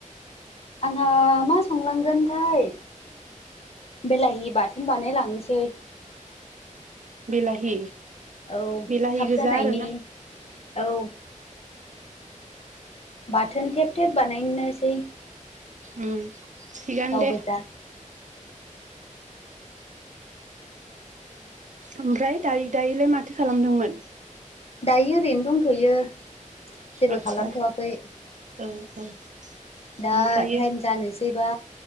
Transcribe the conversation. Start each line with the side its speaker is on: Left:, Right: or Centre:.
Left: आंहा मा संनांगोनथाय। बेलाहि बाथोन बानायलांनोसै।
Right: बिलाहि।
Left: औ
Right: बिलाहि
Left: थाब
Right: गोजा
Left: जानायनि
Right: आरो ना?
Left: औ बाथोन थेब थेब बानायनोसै।
Right: उम। थिगानो
Left: गाव
Right: दे
Left: गोजा।
Right: ओमफ्राय दायो-दायोलाय माथो खालामदोंमोन?
Left: दायो ओरैनो दंथ'यो जेबो
Right: आदसा
Left: खालामथ'वाखै।
Right: औ औ
Left: दा
Right: ओमफ्रायो
Left: टाइम जानोसैबा